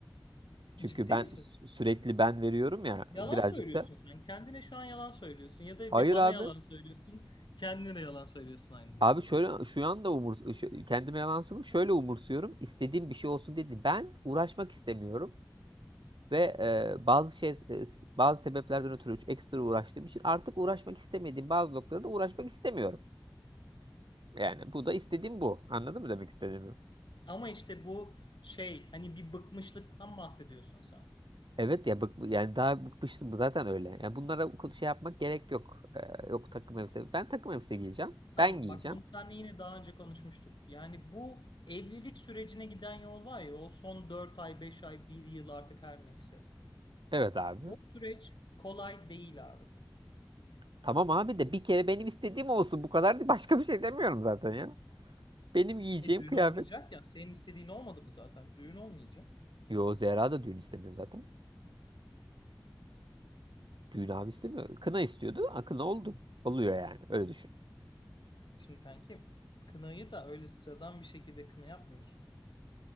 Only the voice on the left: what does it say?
Ciddi
misin?
Yalan
söylüyorsun
sen. Kendine şu an yalan söylüyorsun. Ya da
bir bana
yalan söylüyorsun. Kendine de yalan söylüyorsun aynı noktada.
Ama işte bu şey hani bir bıkmışlıktan bahsediyorsun sen.
Tamam
bak bunu seninle yine daha önce konuşmuştuk. Yani bu evlilik sürecine giden yol var ya o son 4 ay, 5 ay, bir yıl artık her neyse.
O süreç kolay değil abi.
E düğün
olmayacak ya. Senin istediğin olmadı mı zaten? Düğün olmayacak.
Şimdi kankim kınayı da öyle sıradan bir şekilde kına yapmıyorsunuz.